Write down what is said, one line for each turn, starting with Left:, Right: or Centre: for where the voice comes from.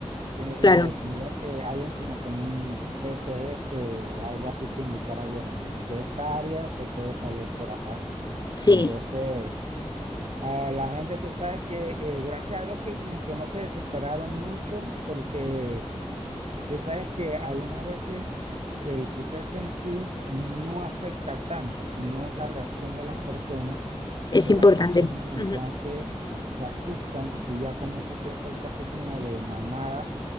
Right: te-
Left: claro,
Right: eh, tendría que alguien como tener un GPS o algo así que indicara, bueno, de esta área te puedes salir por acá.
Left: sí,
Right: Y entonces, a la gente, tú sabes que eh, gracias a Dios que como que no se desesperaron mucho porque tú sabes que algunas veces... El suceso en sí no afecta tanto, sino es la reacción de las personas
Left: es
Right: que
Left: importante,
Right: las personas entonces
Left: ujú.
Right: se asustan y ya comienza este efecto así como de manada